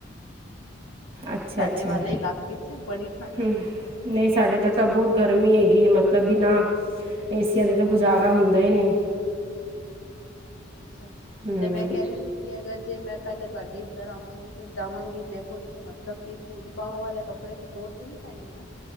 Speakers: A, on the right (about 30°); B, on the left (about 80°).
A: ਅੱਛਾ
B: ਸਾਡੇ
A: ਅੱਛਾ
B: ਵਾਲੇ ਇਲਾਕੇ ਚ ਬੜੀ ਠੰਡ
A: ਹਮ, ਨਹੀਂ ਸਾਡੇ ਤਾ ਇੱਧਰ ਤਾਂ ਬਹੁਤ ਗਰਮੀ ਹੈਗੀ ਹੈ ਮਤਲਬ ਬਿਨਾਂ ਏਸਆ ਦਾ ਤੇ ਗੁਜ਼ਾਰਾ ਹੁੰਦਾ ਹੀ ਨਈ।
B: ਅੱਛਾ, ਅੱਛਾ
A: ਹਮ,
B: ਤੇ ਮੈਂ ਕਹਿ ਰਹੀ ਸੀ। ਕਿ ਅਗਰ ਜੇ ਮੈਂ ਪਹਿਲਾਂ ਤੁਹਾਡੇ ਇੱਧਰ ਆਵਾਂਗੀ। ਫਿਰ ਜਾਵਾਂਗੀ ਤੇ ਕੁਛ ਮਤਲਬ ਕਿ ਪੂਰੀ ਬਾਹਾਂ ਵਾਲੇ ਕੱਪੜੇ ਦੀ ਲੋੜ ਤੇ ਨੀ ਪੈਣੀ ਨਾ?